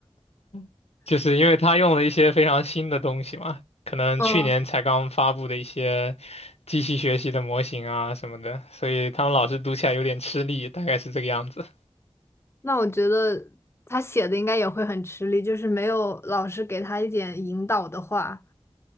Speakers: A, on the left; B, on the left.
A: <laughs> 就是因为他用了一些非常新的东西嘛，可能去年才刚发布的一些
B: <laughs> 嗯。
A: 机器学习的模型啊什么的，所以他们老师读起来有点吃力，大概是这个样子。
B: 那我觉得他写的应该也会很吃力，就是没有老师给他一点引导的话，